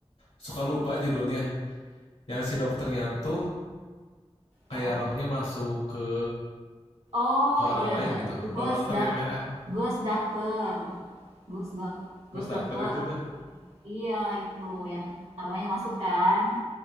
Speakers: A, on the left; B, on the right.
A: Suka lupa judulnya. Yang si dokternya tuh kayak
B: Hah?
A: rohnya masuk ke
B: Oh
A: ke orang
B: iya,
A: lain
B: Ge-
A: gitu. Ke
B: Ghost
A: dokter
B: Doc
A: yang lain apa?
B: Ghost Doctor. Ghost Doc
A: Kus
B: Ghost
A: dokter
B: Doctor.
A: gitu tuh.
B: Iya itu yang arwahnya masuk kan,